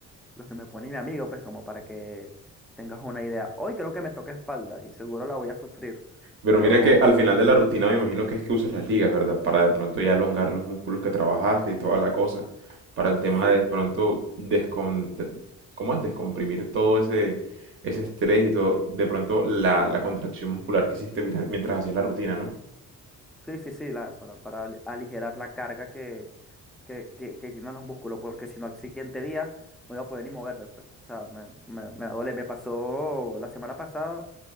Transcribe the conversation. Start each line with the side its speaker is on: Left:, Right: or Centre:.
Centre: los que me pone mi amigo, pues como para que tengas una idea. Hoy creo que me toca espalda y seguro la voy a sufrir,
Right: Pero
Centre: pero
Right: mira que al final de la rutina me imagino que es que usas las ligas, ¿verdad? Para de pronto ya elongar los músculos que trabajaste y toda la cosa. Para el tema
Centre: sí,
Right: de de pronto descontr- ¿cómo es? descomprimir todo ese, ese estrés y todo, de pronto la, la contracción muscular que hiciste mira- mientras hacías la rutina, ¿no?
Centre: sí, sí, sí, la, para, para ali- aligerar la carga que, que, que, que tienen los músculos, porque si no al siguiente día no iba a poder ni moverme, pues. O sea, me, me, me va a doler. Me pasó la semana pasada